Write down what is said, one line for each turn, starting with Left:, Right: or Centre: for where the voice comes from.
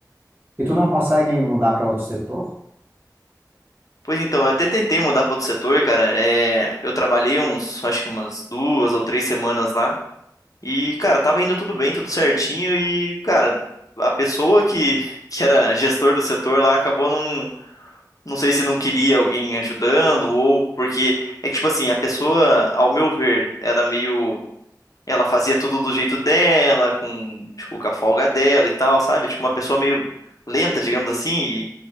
Right: E tu não consegue mudar para outro setor?
Left: Pois então, eu até tentei mudar para outro setor, cara. É, eu trabalhei uns, acho que umas duas ou três semanas lá. E, cara, tava indo tudo bem, tudo certinho. E, cara, a pessoa que, que era gestor do setor lá acabou não. Não sei se não queria alguém ajudando ou porque. É que, tipo assim, a pessoa, ao meu ver, era meio. Ela fazia tudo do jeito dela, com, tipo, com a folga dela e tal, sabe? Tipo, uma pessoa meio lenta, digamos assim, e,